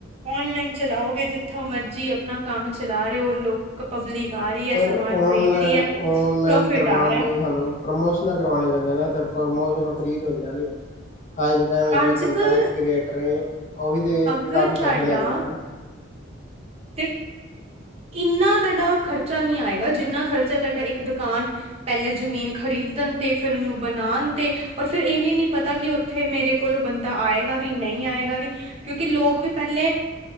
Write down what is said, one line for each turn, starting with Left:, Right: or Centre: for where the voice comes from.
Right: ਔਨਲਾਈਨ ਚਲਾਓਗੇ ਜਿੱਥੋਂ ਮਰਜੀ ਆਪਣਾ ਕੰਮ ਚਲਾ ਰਹੇ ਓ ਲੋਕ ਕਿ ਪਬਲਿਕ ਆ ਰਈ ਐ।
Left: ਪਰ
Right: ਸਮਾਨ
Left: ਔਨਲਾਈਨ
Right: ਖਰੀਦ ਰਈ ਐ।
Left: ਔਨਲਾਈਨ
Right: ਪ੍ਰੋਫਿਟ
Left: ਕਰਵਾਉਣ
Right: ਆ ਰਿਆ।
Left: ਲਈ ਵੀ ਸਾਨੂੰ ਪ੍ਰਮੋਸ਼ਨਾਂ ਕਰਵਾਉਣੀਆ ਪੈਂਦੀਆਂ ਨਾ ਤੇ ਪ੍ਰਮੋਸ਼ਨਾਂ ਫਰੀ ਤੇ ਹੁੰਦੀਆ ਨੀ। ਹਾ ਜੇੜਾ
Right: ਅੱਜ
Left: ਕੰਟੀਏਟਰ
Right: ਕੱਲ
Left: ਓ ਵੀ ਤੇ
Right: ਅਗਰ
Left: ਕਾਫੀ ਪੈਸੇ
Right: ਤੁਹਾਡਾ
Left: ਲੈ ਜਾਂਦਾ ਨਾ
Right: ਤੇ ਇੰਨਾ ਤੁਆਡਾ ਖਰਚਾ ਨੀ ਆਏਗਾ। ਜਿੰਨਾ ਖਰਚਾ ਤੁਹਾਡਾ ਇੱਕ ਦੁਕਾਨ ਪਹਿਲੇ ਜ਼ਮੀਨ ਖ਼ਰੀਦਣ ਤੇ ਫਿਰ ਉਹਨੂੰ ਬਣਾਣ ਤੇ ਪਰ ਫਿਰ ਏਹ ਵੀ ਨੀ ਪਤਾ ਕਿ, ਉੱਥੇ ਮੇਰੇ ਕੋਲ ਓ ਬੰਦਾ ਆਏਗਾ ਵੀ ਨਈ ਆਏਗਾ ਵੀ ਕਿਉਂਕਿ ਲੋਕ ਵੀ ਪਹਿਲੇ